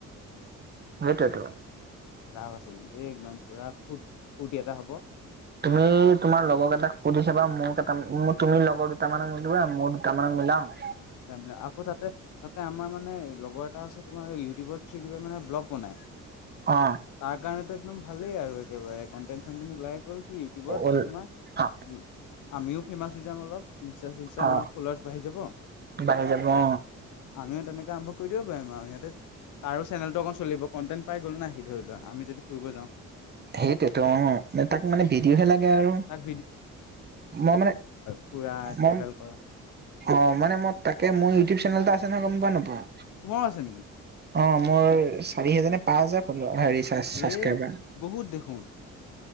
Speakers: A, on the right; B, on the left.
A: সেইটোৱেটো।
B: লাভ আছে কিন্তু এই একদম পুৰা ফু-ফূৰ্তি এটা হ'ব।
A: তুমি তোমাৰ লগৰ কেইটাক সুধি চাবা মোৰ কেইটা মই তুমি লগৰ দুটামানক লগ দিবা মোৰ দুটা দুটামানক মিলাও।
B: লাভ নাই আকৌ তাতে তাতে আমাৰ মানে লগৰ এটা আছে তোমাৰ ইউটিউবত-চিউটিবত মানে ব্লগ বনাই,
A: অ।
B: তাৰ কাৰণেতো একদম ভালেই আৰু এক একেবাৰে কণ্টেন-চণ্টেটো ওলাই গ'ল সি ইউটিউবত
A: অ
B: তোমাৰ আমিও ফেমাচ হৈ যাম অলপ। ইনছতা ছিনছতা
A: অ
B: আমাৰ ফলোৱাৰছ বাহি যাব।
A: বাঢ়ি যাব অ।
B: আমিও তেনেকে আৰম্ভ কৰি দিব পাৰিম আৰু সিহঁতে তাৰো চেনেলতটো অকণ চলিব কনটেণ্ট পাই গ'লো না সি ধৰি লোৱা আমি যদি ফুৰিব যাওঁ।
A: সেইটোয়েত অ। তাক মানে ভিডিঅ'হে লাগে আৰু।
B: তাক
A: মই মানে
B: ফুৰা,
A: মই
B: ট্ৰেভেল কৰা।
A: অ, মানে মই তাকে মোৰ ইউটিউব চেনেল এটা আছে নহয়, গম পোৱা নে নোপোৱা?
B: তোমাৰো আছে নেকি?
A: অ, মোৰ চাৰি হেজাৰ নে পাঁচ হাজাৰ ফলোৱাৰ। সেই চাব্ছক্ৰাইবাৰ।
B: এ
A: উম,
B: বহুত দেখোন